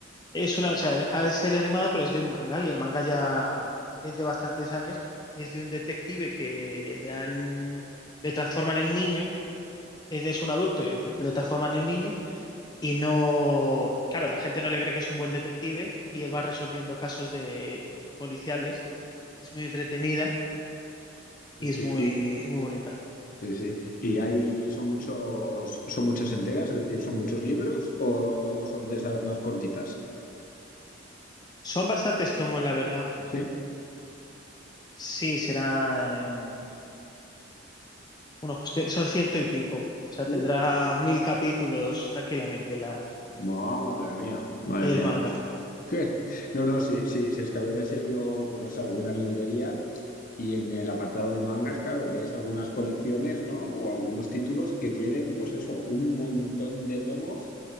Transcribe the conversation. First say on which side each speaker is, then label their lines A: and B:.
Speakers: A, on the left (about 20°); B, on the left (about 45°).
A: Es una, o sea, ah, es serie animada, pero es de un manga y el manga ya es de bastantes años y es de un detective que le han, le transforman en niño, es, es un adulto, y le transforman en niño y no, claro, la gente no le cree que es un buen detective y él va resolviendo casos de policiales. Es muy entretenida
B: Sí,
A: y es
B: sí,
A: muy,
B: y,
A: muy bonita.
B: sí, sí. Y hay, son muchos, son muchas entregas, es decir, son muchos libros o, o son de esas más cortitas.
A: Son bastantes tomos, la verdad.
B: Sí.
A: Sí, serán unos, son ciento y pico. O sea,
B: Ujú.
A: tendrá mil capítulos tranquilamente la
B: Madre mía, madre
A: El
B: mía.
A: manga.
B: <laughs> Je. No, no, sí, sí, sí, es que a veces he ido, pues no sé, a alguna librería y en el apartado de mangas, claro, ves algunas colecciones, ¿no? O algunos títulos que tienen, pues eso, un montón de tomos